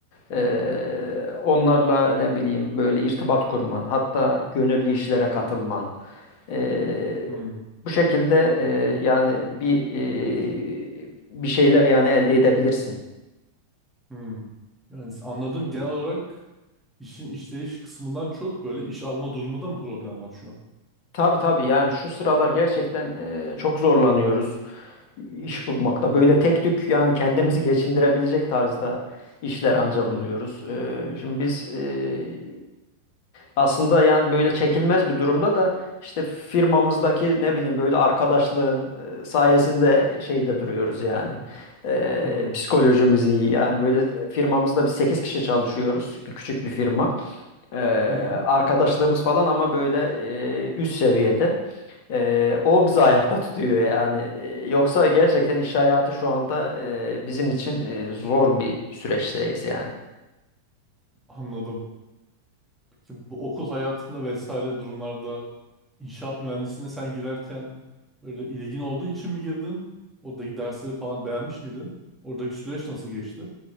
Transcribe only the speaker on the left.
e, onlarla ne bileyim böyle irtibat kurman, hatta gönüllü işlere katılman. Eee,
bu şekilde eee, yani bir eee, bir şeyler yani elde edebilirsin.
Tabii tabii yani şu sıralar gerçekten eee, çok zorlanıyoruz iş bulmakta. Böyle tek tük yani kendimizi geçindirebilecek tarzda işler anca
buluyoruz. Eee, şimdi biz eee, Aslında yani böyle çekilmez bir durumda da işte firmamızdaki ne bileyim böyle arkadaşlığın e, sayesinde şeyde duruyoruz yani. E,
psikolojimiz iyi. Yani böyle firmamızda biz 8 kişi çalışıyoruz. Yani Küçük bir firma. E,
arkadaşlığımız falan ama böyle e, üst seviyede. E, o bizi ayakta tutuyor yani. E, Yoksa gerçekten iş hayatı şu anda e, bizim için e, zor bir süreçteyiz yani.